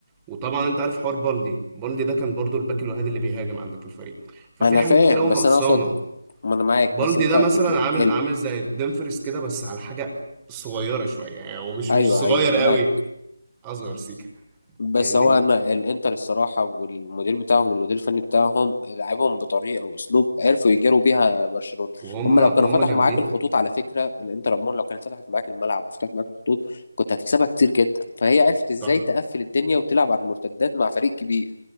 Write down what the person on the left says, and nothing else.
انا
فاهم
بس
انا اقصد ما انا معاك
بس انت
ك-
ال...
ايوه
ايوه معاك
بس
هو انا الانتر الصراحه والمدير بتاعهم المدير الفني بتاعهم لعبهم بطريقه واسلوب عرفوا يجاروا بيها برشلونه
هم
لو كانوا فتحوا
معاك الخطوط على فكره الانتر عموما لو كانت فتحت معاك الملعب وفتحت معاك الخطوط كنت هتكسبها كتير جدا فهي عرفت ازاي
تقفل الدنيا وتلعب على المرتدات مع فريق كبير